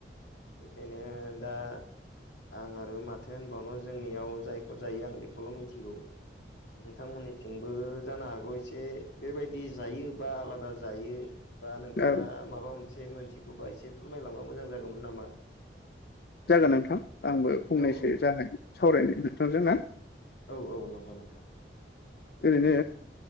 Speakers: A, on the left; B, on the left.
A: बेखायनो दा आं आरो माथो होनबावनो जोंनियाव जायखौ जायो आं बेखौल' मिथिगौ नोंथांमोननिथिंबो जानो हागौ एसे बेबायदि जायो बा आलादा जायो बा नोंथाङा
B: औ
A: माबा मोनसे मोनथिगौबा एसे फोरमायलांबा मोजां जागौमोन नामा
B: जागोन नोंथां आंबो फंनैसो
A: औ
B: जानायनि सावरायनो नोंथांजों ना
A: औ औ नंगौ नोंथां
B: ओरैनो